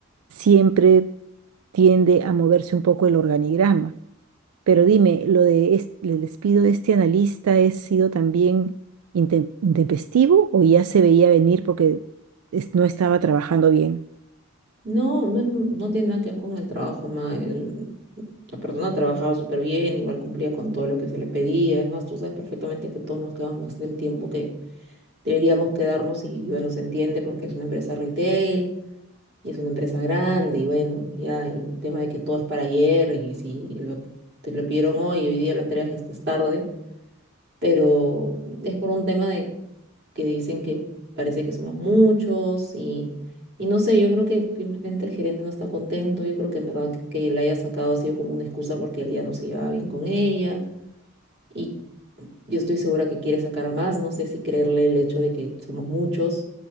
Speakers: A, on the right (about 75°); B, on the right (about 50°).
A: siempre tiende a moverse un poco el organigrama. Pero dime, ¿lo de es- el despido de este analista ha sido también intem- intempestivo o ya se veía venir porque es- no estaba trabajando bien?
B: No, no, es- no tiene nada que ver con el trabajo, ma. el- la persona trabajaba súper bien, igual cumplía con todo lo que se le pedía. Es más, tú sabes perfectamente que todos nos quedamos más del tiempo que deberíamos quedarnos y bueno, se entiende porque es una empresa retail y es una empresa grande y bueno, ya el tema de que todo es para ayer y si lo- te lo pidieron hoy, hoy día lo entregas y estás tarde, pero es por un tema de que dicen que parece que somos muchos y, y no sé, yo creo que simplemente el gerente no está contento, yo creo que en verdad que la haya sacado ha sido como una excusa porque él ya no se llevaba bien con ella y yo estoy segura que quiere sacar a más, no sé si creerle el hecho de que somos muchos,